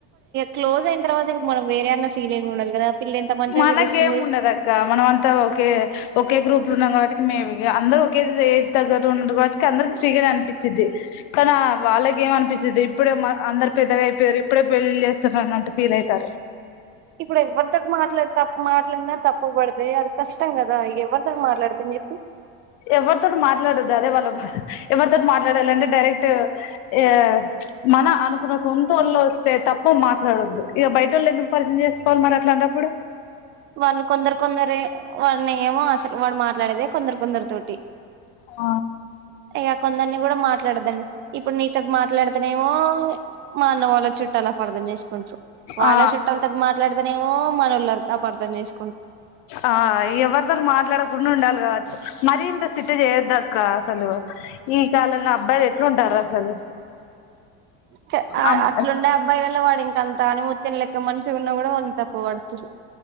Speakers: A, on the right; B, on the left.
A: క్లోజు అయిన తర్వాత ఇంకా మనం వేరే అన్న ఫీలింగ్ ఉండదు కదా, పిల్ల ఎంత మంచిగా
B: మనకేం
A: పిలుస్తుంది
B: ఉండదు అక్క మనం అంతా ఒకే ఒకే గ్రూప్లు ఉన్నాం కాబట్టి మే ఇగ అందరు ఒకే ఏజీ దగ్గరలో ఉన్న వాటికి అందరి ఫ్రీగానే అనిపిచిది, కానీ వాళ్ళకి ఏం అనిపించింది ఇప్పుడే మన అంద, పెద్దగా అయిపోయారు ఇప్పుడే పెళ్లిలు చేస్తున్నాటు ఫీల్ అయితారు.
A: ఇప్పుడు ఎవరితో మా మాట్లా తప్పు మాట్లాడినా తప్పుబడితే అది కష్టం కదా ఎవరితోని మాట్లాడతం చెప్పు
B: ఎవరితోటి మాట్లాడద్దు అదే వాళ్ళ బాధ ఎవరితోటి మాట్లాడాలంటే, కరెక్ట్ ఎ మన అను అకున్న సొంత వొళ్ళు వస్తే తప్ప మాట్లాడొద్దు ఇక బయట వాళ్ళు ఎందుకు పరిచయం చేసుకోవాలి మరి అట్లాటప్పుడు,
A: వాళ్ళు కొందరు కొందరు వాళని ఏమో అసలు వాడు మాట్లాడేదే కొందరు కొందరి తోటి
B: ఆ
A: ఇక కొందరిని కూడా మాట్లాడదండి ఇప్పుడు నీతో మాట్లాడుతనేమో, మా అన్న వాళ్ళ చుట్టాలు అపార్థం చేసుకుంట్రరు వాళ్ళ
B: ఆ
A: చుట్టాలతోటి మాట్లాడతేనేమో, మనోళ్లు అపార్థం చెస్
B: ఆ ఇగ ఎవరితోని మాట్లాడకుండా ఉండాలి కావచ్చు మరి ఇంత సిట్ చేయొద్ద అక్క అసలు ఈ కాలంలో అబ్బాయిలు ఎట్లుంటారు. అసలు
A: కా ఆ
B: అమ్
A: అట్లుండే అబ్బాయిలలో వాడు ఇంక అంత అనిమూతైం లెక్క మంచి ఉన్నా కూడా తప్పు పడుతురు